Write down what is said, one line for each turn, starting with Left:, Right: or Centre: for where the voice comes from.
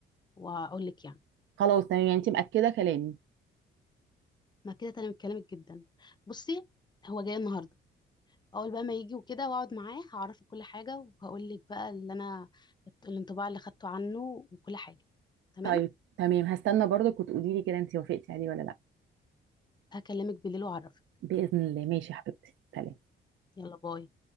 Left: واقول لك يعني
Right: خلاص تمام يعني انت مأكدة كلامي
Left: ما كده تمام كلامك جدا بصي هو جاي النهارده اول بقى ما يجي وكده واقعد معاه هعرفه كل حاجه وهقول لك بقى اللي انا الانطباع اللي خدته عنه وكل حاجه تمام
Right: طيب تمام هستنى برضك وتقولي لي كده انت وافقتي عليه ولا لا
Left: هكلمك بالليل واعرفك
Right: بإذن الله ماشي يا حبيبتي سلام
Left: يلا باي